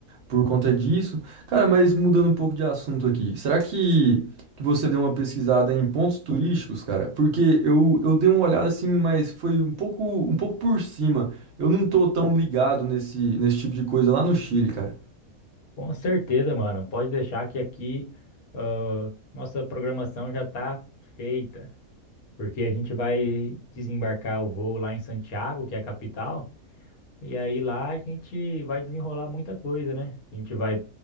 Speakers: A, on the right; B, on the left.
A: por conta disso. Cara, mas mudando um pouco de assunto aqui, será que, que você deu uma pesquisada em pontos turísticos, cara? Porque eu, eu dei uma olhada assim, mas foi um pouco, um pouco por cima. Eu não tô tão ligado nesse, nesse tipo de coisa lá no Chile, cara.
B: Com certeza, mano. Pode deixar que aqui ah, nossa programação já tá feita. Porque a gente vai desembarcar o voo lá em Santiago, que é a capital. E aí lá a gente vai desenrolar muita coisa, né? A gente vai